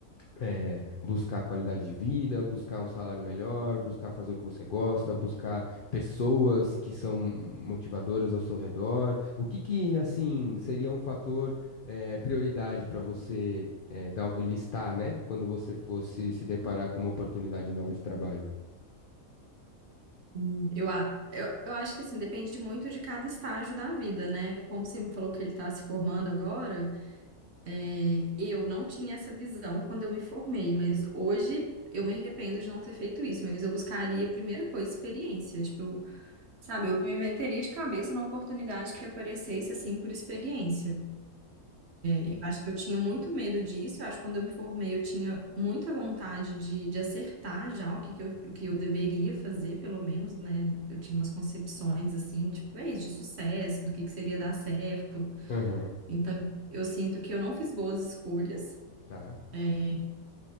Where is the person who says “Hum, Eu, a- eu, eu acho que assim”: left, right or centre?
Right